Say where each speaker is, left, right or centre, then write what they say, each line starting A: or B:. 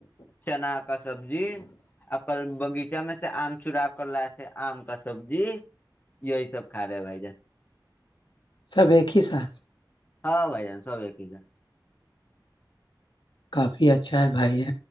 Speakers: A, on the left; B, on the left.
A: چنا کا سبزی اور کل بغیچہ میں سے آم چڑا کر رہے تھے آم کا سبزی یہی سب کھا رہے بھائی جان
B: سب ایک ہی ساتھ
A: ہاں بھائی جان سب ایک ہی گ
B: کافی اچھا ہے بھائی ہے